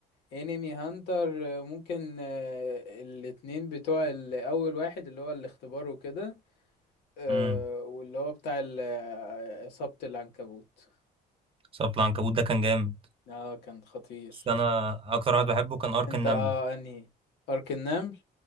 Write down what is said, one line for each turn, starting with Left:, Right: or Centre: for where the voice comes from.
Left: انمي هانتر ممكن آه، الاتنين بتوع ال- أول واحد اللي هو الاختبار وكده آه،
Right: امم
Left: واللي هو بتاع ال- آه، إصابة العنكبوت
Right: صوت العنكبوت ده كان جامد
Left: اه كان خطير
Right: بس انا اكتر واحد بحبه كان ارك
Left: انت
Right: النمل
Left: اه انهي أرك النمل